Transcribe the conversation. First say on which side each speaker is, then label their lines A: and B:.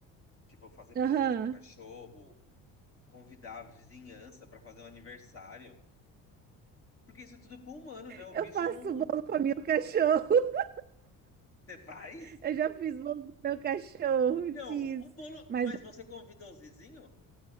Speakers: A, on the left (about 40°); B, on the right (about 30°).
A: Tipo, fazer bolo
B: Aham.
A: pro cachorro, convidar a vizinhança pra fazer um aniversário. Porque isso é tudo pro humano, né? O
B: Eu
A: bicho
B: faço
A: não.
B: bolo com o meu cachorro. <laughs>
A: Você faz?
B: Eu já fiz bolo com o meu cachorro.
A: Não,
B: Fiz.
A: o bolo.
B: Mas
A: Mas você convida os vizinhos?